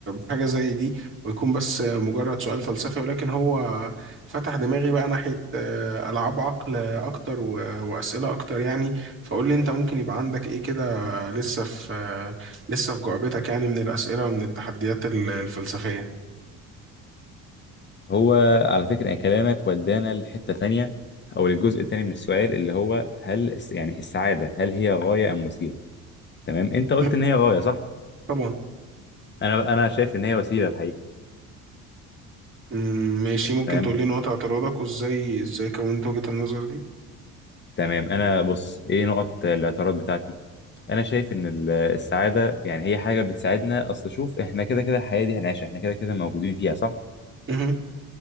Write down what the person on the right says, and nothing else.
بحاجه زي دي ويكون بس مجرد سؤال فلسفي ولكن هو فتح دماغي بقى ناحيه آه، العاب عقل اكتر و- واسئله اكتر يعني فقول لي انت ممكن يبقى عندك ايه كده لسه في آه، لسه في جعبتك يعني من الاسئله ومن التحديات ال- الفلسفيه
مم.
طبعا
مم، ماشي ممكن
تقول لي نقاط اعتراضك وازاي ازاي كونت وجهة النظر دي
مهم.